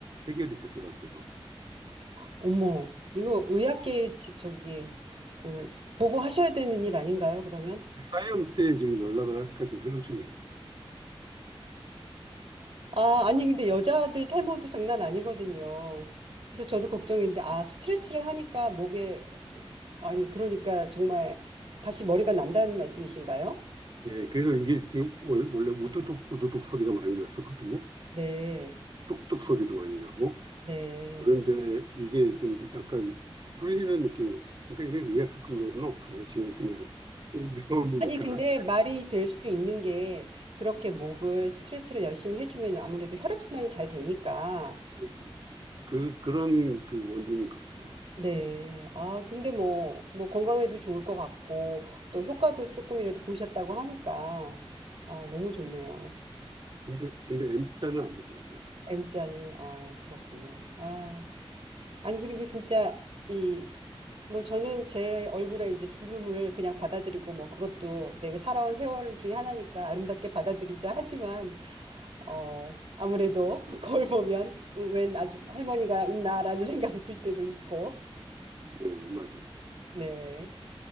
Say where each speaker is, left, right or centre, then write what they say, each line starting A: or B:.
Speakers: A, on the right; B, on the right.
A: 해결이 되더라고요. 그러니까
B: 어머, 이거 의학계 지- 저기 그 보고하셔야 되는 일 아닌가요, 그러면?
A: 사이언스에 지금 연락을 할까 지금 생각 중이에요.
B: 아, 아니, 근데 여자들 탈모도 장난 아니거든요. 그래서 저도 걱정인데, 아, 스트레치를 하니까 목에, 아니, 그러니까 정말 다시 머리가 난다는 말씀이신가요?
A: 예, 그래서 이게 지금 월- 원래 우두둑 우두둑 소리가 많이 났었거든요.
B: 네,
A: 뚝뚝 소리도 많이 나고
B: 네.
A: 그런데 이게 좀 약간 뚫리는 느낌이에요. 그러니까 이게 의학적인 건 없어요. 제 그냥 경험이니까.
B: 아니, 근데 말이 될 수도 있는 게, 그렇게 목을 스트레치를 열심히 해주면 아무래도 혈액순환이 잘 되니까,
A: 예, 맞아요. 그, 그런 그 원인인 것 같아요.
B: 네. 아, 근데 뭐, 뭐 건강에도 좋을 것 같고, 또 효과도 조금이라도 보셨다고 하니까, 아, 너무 좋네요.
A: 근데, 근데 M자는 안 되더라고요.
B: M자는 아 그렇군요. 아 아니 그리고 진짜 이 뭐 저는 제 얼굴에 이제 주름을 그냥 받아들이고 뭐 그것도 내가 살아온 세월 중에 하나니까 아름답게 받아들이자 하지만 어 아무래도 <laughs> 거울 보면 웬 아주 할머니가 있나라는 생각이 들 때도 있고
A: 예, 맞아요.
B: 네.